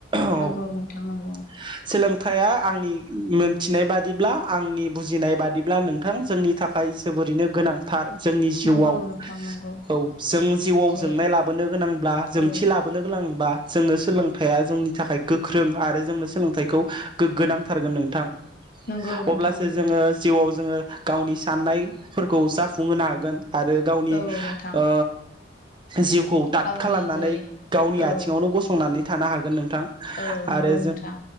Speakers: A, on the right (about 25°); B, on the left (about 45°).
A: औ
B: नंगौ नोंथां नंगौ
A: थाया आंनि मोनथिनाय बादिब्ला आंनि बुजिनाय बादिब्ला नोंथां जोंनि थाखाय जोबोरैनो गोनांथार जोंनि जिउआव
B: नंगौ नोंथां नंगौ
A: औ जों जिउआव
B: जे
A: जोंनाय लाबोनो गोनांब्ला जोंथि
B: औ
A: लाबोनो गोनांब्ला जोंनो सोलोंथाइया जोंनि थाखाय गोख्रों आरो जोंनो सोलोंथाइखौ गोग्गोनांथारगोन नोंथां।
B: नंगौ नोंथां।
A: अब्लासो
B: नंगौ
A: जोङो जिउआव जोङो गावनि साननायफोरखौ जाफुंहोनो हागोन। आरो गावनि
B: औ नोंथां
A: ओ जिउखौ दाद
B: गावनि
A: खालामनानै
B: जे
A: गावनि
B: औ
A: आथिङाव नो गसंनानै थानो हागोन नों थां
B: औ नंगौ
A: आरो
B: नोंथां